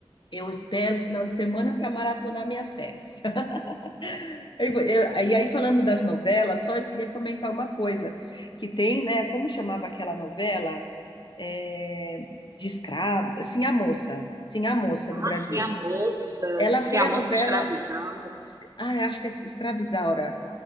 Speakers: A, on the left; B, on the right.
A: Eu espero o final de semana para maratonar minhas séries. <laughs> Eu- eu- e aí, falando das novelas, só eu queria comentar uma coisa que tem, né? Como chamava aquela novela? É, de escravos, Sim, a Moça, Sim, a Moça do Brasil.
B: Ah, sim, a moça.
A: Ela
B: Sim,
A: foi
B: a
A: a
B: moça
A: novela.
B: escravizada.
A: es- Ah, eu acho que é Escravizaura.